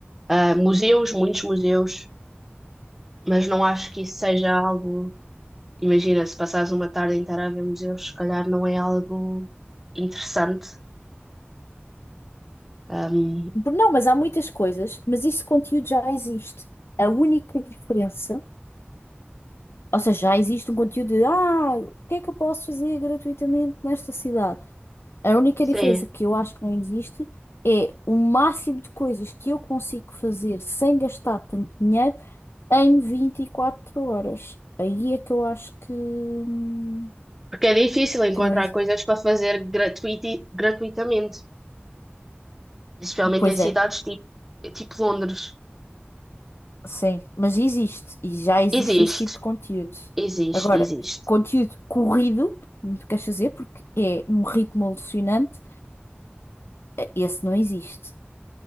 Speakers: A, in the centre; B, on the left (about 75°).
A: Ah, museus, muitos museus, mas não acho que isso seja algo. Imagina, se passares uma tarde inteira a ver museus, se calhar não é algo interessante. Ahm,
B: Não, mas há muitas coisas, mas esse conteúdo já existe. A única diferença Ou seja, já existe um conteúdo de ah, o que é que eu posso fazer gratuitamente nesta cidade? A única
A: sim,
B: diferença que eu acho que não existe é o máximo de coisas que eu consigo fazer sem gastar tanto dinheiro em 24 horas. Aí é que eu acho que, hum,
A: porque é difícil encontrar
B: que não existe.
A: coisas para fazer gratuiti- gratuitamente, especialmente
B: Pois
A: em cidades
B: é,
A: tipo, tipo Londres.
B: sim, mas existe e já existe
A: Existe,
B: esse tipo de conteúdo.
A: existe,
B: Agora,
A: existe.
B: conteúdo corrido, como tu queres fazer, porque é num ritmo alucinante, eh, esse não existe.